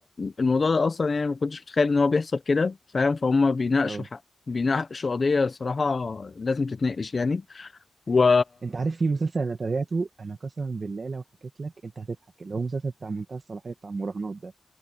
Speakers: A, on the left; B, on the right.
A: الموضوع ده اصلا يعني ما كنتش متخيل ان هو بيحصل كده فاهم فهم بيناقشوا
B: اه
A: حق بيناقشوا قضية صراحة لازم تتناقش يعني و
B: انت عارف في مسلسل انا تابعته انا قسما بالله لو حكيت لك انت هتضحك اللي هو مسلسل بتاع منتهى الصلاحية بتاع المراهنات ده